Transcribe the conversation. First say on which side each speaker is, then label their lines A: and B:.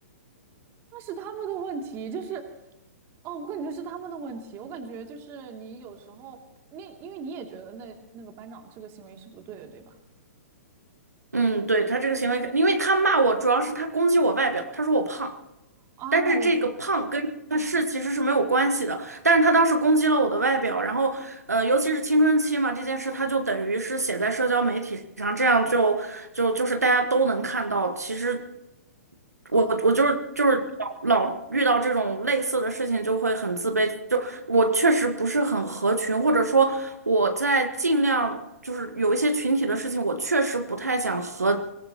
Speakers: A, on the right; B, on the right.
A: 那是他们的问题？就是，哦，我感觉是他们的问题。我感觉就是你有时候，你因为你也觉得那那个班长这个行为是不对的，对吧？
B: 嗯，对，他这个行为，因为他骂我主要是他攻击我外表，他说我胖。
A: 啊，
B: 但是这个胖跟他是其实是没有关系的，
A: 我就，
B: 但是他当时攻击了我的外表，然后呃，尤其是青春期嘛，这件事他就等于是写在社交媒体上，这样就就就是大家都能看到。其实我我就是就是老老遇到这种类似的事情就会很自卑，
A: 嗯、
B: 就我确实不是很合群，或者说我在尽量就是有一些群体的事情，我确实不太想和